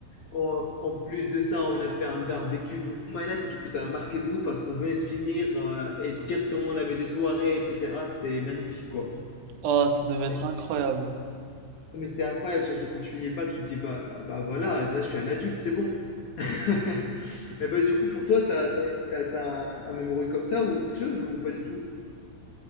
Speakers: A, on the left (about 55°); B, on the right (about 80°).
A: En, en plus de ça, on a fait un barbecue de ouf malade, et du coup ça a marqué de ouf parce qu'on venait de finir euh, et directement on avait des soirées, etc. C'était magnifique quoi.
B: Oh, ça devait être
A: Et-
B: incroyable.
A: mais c'était incroyable, surtout quand tu finis le bac, tu te dis bah, ah bah voilà, là je suis un adulte, c'est bon. <laughs> Et bah du coup pour toi, t'as, t'as, t'as un, un memory comme ça ou quelque chose ou pas du tout?